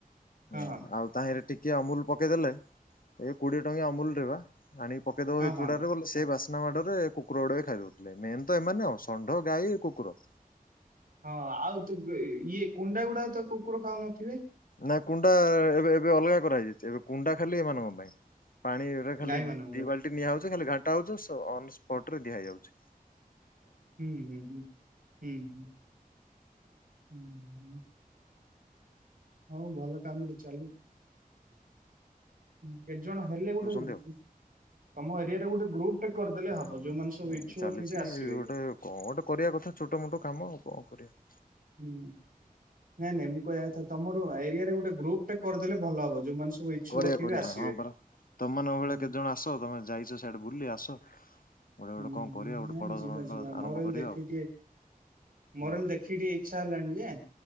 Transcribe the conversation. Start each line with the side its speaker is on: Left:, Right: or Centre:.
Right: ହଁ
Left: ହୁଁ
Right: ହଁ ହଁ
Left: ଆଉ ତାହିଁରେ ଟିକେ ଅମୁଲ ପକେଇଦେଲେ ଏଇ କୋଡିଏ ଟଙ୍କିଆ ଅମୁଲ ଟେ ବା ଆଣିକି ପକେଇ ଦବ ସେ
Right: ହଁ ହଁ
Left: ଚୁଡାରେ ବୋଲେ ସେ ବାସ ମାଡରେ କୁକୁର ଗୁଡା ବି ଖାଇଦଉଥିଲେ ମେନ ତ ଏମାନେ, ଷଣ୍ଢ, ଗାଈ, କୁକୁର,
Right: ହଁ ଆଉ ତ ଇଏ କୁଣ୍ଡା ଗୁଡା ତ କୁକୁର ଖାଉନଥିବେ?
Left: ନାଇ କୁଣ୍ଡା ଏବେ ଏବେ ଅଲଗା କରା ହେଇଯାଇଛି ଏବେ କୁଣ୍ଡା ଖାଲି ଏମାନଙ୍କ ପାଇଁ, ପାଣିରେ ଖାଲି
Right: ଗାଈ ମାନଙ୍କ
Left: ଦି
Right: ପାଇଁ
Left: ବାଲ୍ଟି ନିଆହଉଛି ଖାଲି ଘାଟା ହଉଚି ଅନସ୍ପଟରେ ଦିଆଯାଉଛି,
Right: ହୁଁ ହୁଁ ହୁଁ ହୁଁ ହ ହୁଁ ହୁଁ, ହଉ ଭଲ କାମରେ ଚାଲୁ, ହୁଁ, ଜଣ ହେଲେ ଗୋଟେ
Left: ଦଉଛନ୍ତି ଆଉ
Right: ତମ ଏରିଆ ରେ ଗୋଟେ ଗ୍ରୁପ ଟେ କରିଦେଲେ
Left: ହୁଁ
Right: ହବ ଯୋଉମାନେ ସବୁ ଇଚ୍ଛୁକ
Left: ଚାଲିଛି
Right: ଥିବେ ଆସିବେ
Left: ଗୋଟେ କଣ ଗୋଟେ କରିବା କଥା ଛୋଟ ମୋଟ କାମ ଆଉ କଣ କରିବା,
Right: ହୁଁ ନାଇଁ ନାଇଁ ମୁଁ କହିବା କଥା ତମର ଏରିଆରେ ଗୋଟେ ଗ୍ରୁପ ଟେ କରିଦେଲେ ଭଲ ହବ ଯୋଉମାନେ ସବୁ ଇଚ୍ଛୁକ
Left: କରିବା
Right: ଥିବେ
Left: କରିବାଆ
Right: ଆସିବେ
Left: ହଁ ପରା ତମ ମାନଙ୍କ
Right: ହୁଁ
Left: ଭଳିଆ କେତେ ଜଣ ଆସ ତମେ ଯାଇଛ ସିଆଡେ ବୁଲି ଆସ ଗୋଟେ ଗୋଟେ
Right: ହୁଁ
Left: କଣ କରିବା ଗୋଟେ
Right: ନାଇଁ
Left: ବଡ
Right: ଯିବା
Left: ଧରଣର
Right: ଯିବା
Left: ଆରମ୍ଭ
Right: ମୋର ଏଲେ
Left: କରିବା
Right: ଦେଖିକି
Left: ଆଉ
Right: ଟିକେ
Left: ହୁଁ
Right: ମୋର ଏଲେ ଦେଖିକି ଟିକେ ଇ ଇଛା ହେଲାଣି ଯେ